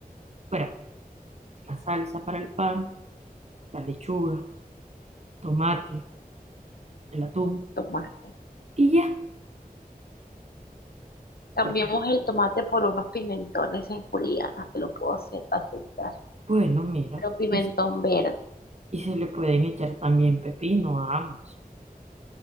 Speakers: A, on the right; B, on the left.
A: fuera la salsa para el pan, la lechuga, tomate el atún
B: Tomate.
A: y ya.
B: Cambiamos
A: Porque,
B: el tomate por unos pimentones en juliana, te lo puedo hacer aceptar.
A: bueno, mira,
B: Pero pimentón
A: y, se
B: verde,
A: y se le pueden echar también pepino a ambos.